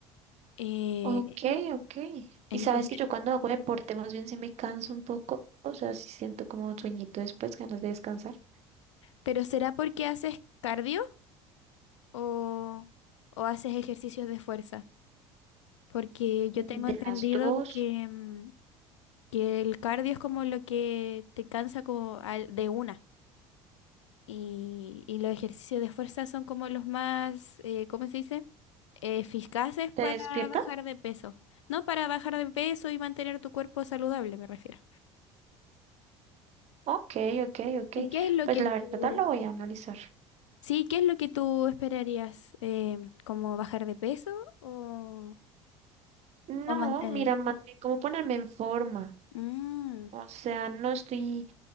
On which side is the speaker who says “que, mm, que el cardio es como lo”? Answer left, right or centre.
Left